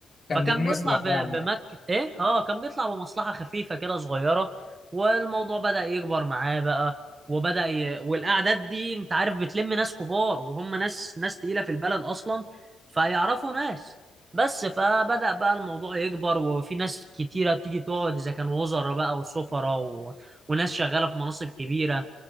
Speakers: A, on the left; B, on the right.
A: كان
B: فكان
A: بيمصلح
B: بيطلع ب-
A: يعني
B: بمك ايه اه كان بيطلع بمصلحة خفيفة كده صغيرة والموضوع بدأ يكبر معاه بقى وبدأ ي... والأعداد دي انت عارف بتلم ناس كبار وهم ناس ناس تقيلة في البلد أصلا فيعرفوا ناس بس فبدأ بقى الموضوع يكبر وفي ناس كتيرة بتيجي تقعد إذا كان وزراء بقى وسفراء و... وناس شغالة في مناصب كبيرة